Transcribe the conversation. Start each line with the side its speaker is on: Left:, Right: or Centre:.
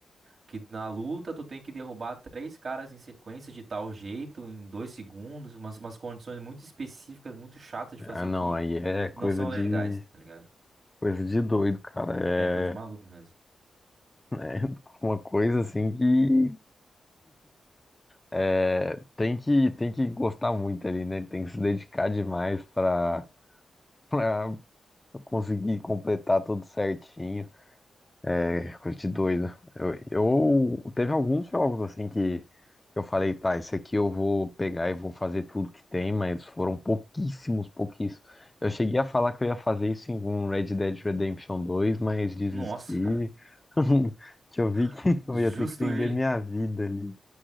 Right: Que na luta tu tem que derrubar três caras em sequência de tal jeito, em dois segundos, umas, umas condições muito específicas, muito chatas de fazer
Left: Ah, não,
Right: que
Left: aí é coisa
Right: não são
Left: de,
Right: legais, tá ligado?
Left: coisa de doido, cara.
Right: É, coisa de maluco
Left: É
Right: mesmo.
Left: é uma coisa, assim, que. É, tem que, tem que gostar muito ali, né? Tem que se dedicar demais pra, <laughs> pra conseguir completar tudo certinho. É coisa de doido. Eu, eu- teve alguns jogos assim que eu falei, tá, esse aqui eu vou pegar e vou fazer tudo que tem, mas foram pouquíssimos, pouquíssimos. Eu cheguei a falar que eu ia fazer isso em um Red Dead Redemption dois, mas desisti.
Right: Nossa,
Left: <laughs> Que eu vi que
Right: <laughs>
Left: <laughs>
Right: justo
Left: eu ia ter que vender
Right: ele.
Left: minha vida ali.